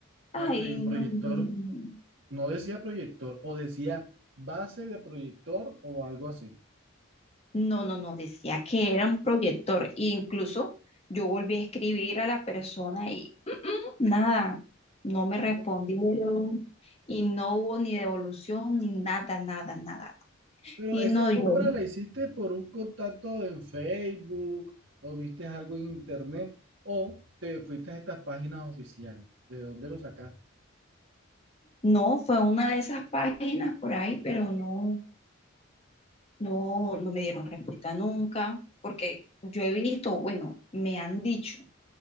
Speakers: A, on the left (about 30°); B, on the right (about 60°).
A: Ay,
B: ah, pero el proyector,
A: no. no, no, no.
B: no decía proyector, o decía base de proyector o algo así.
A: No, no, no, decía que era un proyector. E incluso yo volví a escribir a la persona y <clears throat> "Mm, mm", nada, no me
B: Ay,
A: respondieron y no hubo ni devolución ni nada, nada, nada.
B: Pero
A: Y
B: esa
A: no,
B: compra
A: yo,
B: la hiciste por un contacto en Facebook o viste algo en internet o te fuiste a estas páginas oficiales. ¿De dónde lo sacaste?
A: no, fue una de esas páginas por ahí, pero no, no, no me dieron respuesta nunca, porque yo he visto, bueno, me han dicho